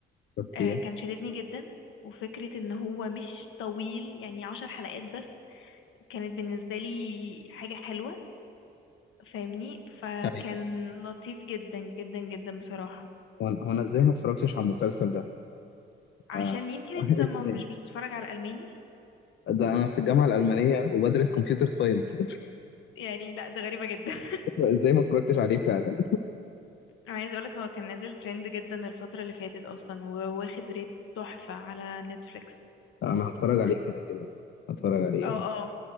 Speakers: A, on the left (about 65°); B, on the left (about 80°).
A: اوكي
B: آه، كان شددني جدا وفكرة ان هو مش طويل يعني عشر حلقات بس كانت بالنسبة لي حاجة حلوة فاهمني فكان
A: ايوه
B: لطيف جدا جدا جدا بصراحة
A: هو أنا هو انا ازاي ما اتفرجتش على المسلسل ده
B: عشان
A: آه.
B: يمكن
A: <laughs>
B: انت ما
A: ازاي
B: مش بتتفرج على ألماني
A: ده انا في الجامعه الالمانيه وبدرس كمبيوتر ساينس
B: يعني لا ده غريبة جدا <laughs>
A: <laughs> ازاي ما اتفرجتش عليه فعلا
B: انا عايزة اقولك هو كان نازل ترند جدا الفترة اللي فاتت اصلا وواخد ريت تحفة على نتفليكس
A: آه، انا هتفرج عليه كده كده هتفرج عليه
B: اه
A: اه
B: اه